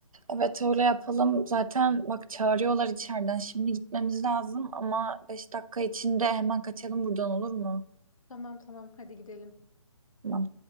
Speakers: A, on the right (about 80°); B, on the left (about 75°).
A: Evet öyle yapalım. Zaten bak çağırıyorlar içeriden. Şimdi gitmemiz lazım ama 5 dakika içinde hemen kaçalım buradan olur mu?
B: Tamam tamam hadi gidelim.
A: Tamam.